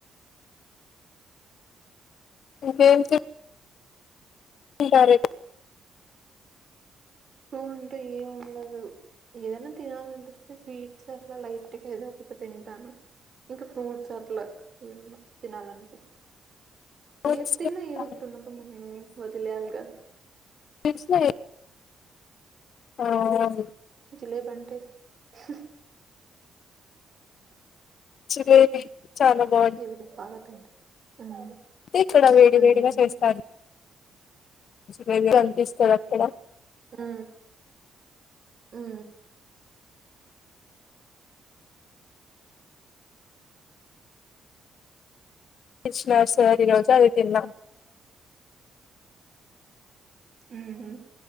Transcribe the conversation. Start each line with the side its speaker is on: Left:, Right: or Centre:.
Left: ఇదేమిటి ఇంత రేటు
Right: ఏవుంటయ్ ఏముండదు ఏదనా తినాలినిపిస్తే స్వీట్స్ అట్లా లైట్ గా ఏదో ఒకటి తింటాను ఇంకా ఫ్రూట్స్ అట్లా ఏమన్నా తినాలన్ పిస్
Left: ఎక్కువ?
Right: ఏ తిన్న ఏదోకటి ఉండకుండా <unintelligible> వదిలేయాలిగా
Left: పిడ్స్ దే నాది
Right: లేపంటిస్ <unintelligible>
Left: చివేది చానా బావున్
Right: జిలేబీ బాగా తింటా హ్మ్
Left: ఇక్కడా వేడి
Right: హ్మ్
Left: వేడిగా చేస్తాను వేడిగా అనిపిస్ చదక్కడ
Right: ఉ ఊ ఊ
Left: ఇశ్వాసది రోజు అది తిన్నాం
Right: ఊహు